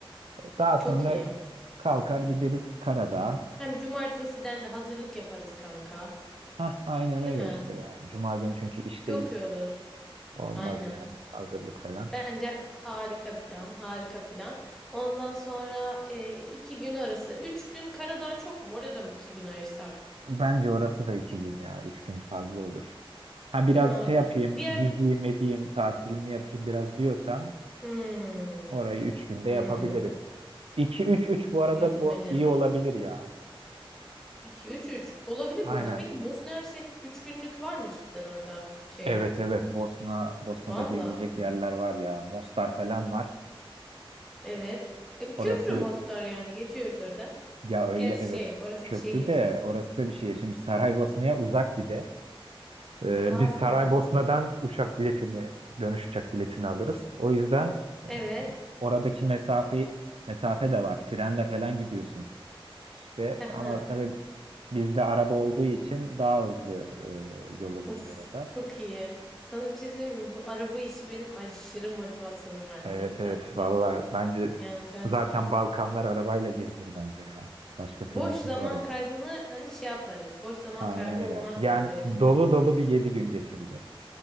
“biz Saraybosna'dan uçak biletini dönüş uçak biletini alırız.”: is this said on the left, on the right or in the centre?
Right